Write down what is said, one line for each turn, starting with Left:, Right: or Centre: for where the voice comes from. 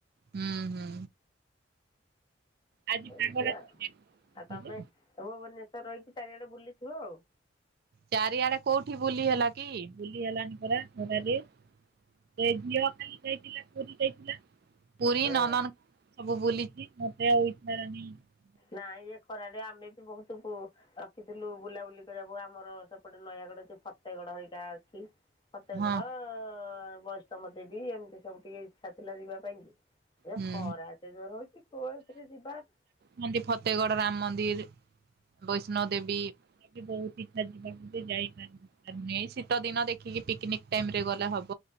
Right: ହୁଁ ହୁଁ। ଆଜି
Left: ଏମତି
Right: ପାଗଟା
Left: ଆଉ
Right: ଟିକେ
Left: ଆ ତମେ
Right: ଯେ
Left: ତମେ ମାନେ । ସେ ରହିଛି ଚାରିଆଡେ ବୁଲିଥିବ ଆଉ ।
Right: ଚାରିଆଡେ କୋଉଠି ବୁଲି ହେଲା କି ବୁଲି ହେଲାଣି ପରା ଖରାରେ ସେ ଝିଅ ଖାଲି ଯାଇଥିଲା ପୁରୀ ଯାଇଥିଲା। ପୁରୀ
Left: ହଁ
Right: ନନନ କନ୍ ସବୁ ବୁଲିକି ମତେ ଆଉ ଇଚ୍ଛା ହେଲାନି ।
Left: ନାଇ ଇଏ ଖରାରେ ଆମେ ବି ବହୁତ କୁ ରଖିଥିଲୁ ବୁଲାବୁଲି କରିବାକୁ ଆମର ସେପଟେ ନୟାଗଡ ଯୋଉ ଫତେଗଡ ହରିକା ଅଛି । ଫତେଗଡ
Right: ହଁ
Left: । ବୈଷ୍ମବ ଦେଵୀ ଏମିତି ସବୁ ଟିକେ ଇଚ୍ଛା ଥିଲା ଯିବା ପାଇଁ କି । ଏ
Right: ହୁଁ
Left: ଖରା ଏତେ ଜୋର ହଉଛି କୁଆଡେ ଏଥିରେ ଯିବା ।
Right: ମନ୍ଦିର ଫତେଗଡ ରାମ ମନ୍ଦିର । ବୈଷ୍ଣୋବ ଦେବୀ ଏଠି ବହୁତ । ଇଛା ଯିବାକୁ ଯେ ଯାଇପରୁନୁ ଏଇ ଶୀତ ଦିନ ଦେଖିକି ପିକନିକ ଟାଇମ ରେ ଗଲେ ହବ ।